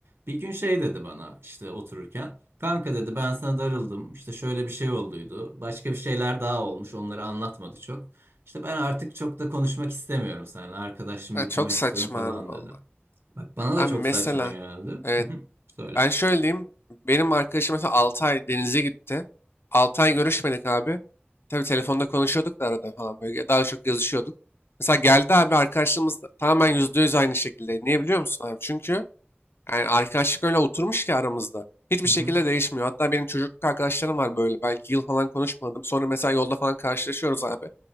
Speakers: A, on the right; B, on the left.
A: Bir gün şey dedi bana işte otururken. Kanka dedi ben sana darıldım. İşte şöyle bir şey olduydu. Başka bir şeyler daha olmuş. Onları anlatmadı çok. İşte ben artık çok da konuşmak istemiyorum seninle. Arkadaşlığımı
B: Ha,
A: bitirmek
B: çok saçma
A: istiyorum falan
B: abi valla.
A: dedi. Bak bana
B: Abi
A: da çok
B: mesela
A: saçma geldi. Hı
B: evet
A: hı. Söyle.
B: ben şöyle diyeyim. Benim arkadaşım mesela 6 ay denize gitti. 6 ay görüşmedik abi. Tabii telefonda konuşuyorduk da arada falan böyle daha çok yazışıyorduk. Mesela geldi abi arkadaşlığımız da tamamen %100 aynı şekilde. Niye biliyor musun abi? Çünkü Yani arkadaşlık öyle oturmuş ki aramızda. Hiçbir
A: Hı
B: şekilde
A: hı.
B: değişmiyor. Hatta benim çocukluk arkadaşlarım var böyle. Belki yıl falan konuşmadım. Sonra mesela yolda falan karşılaşıyoruz abi.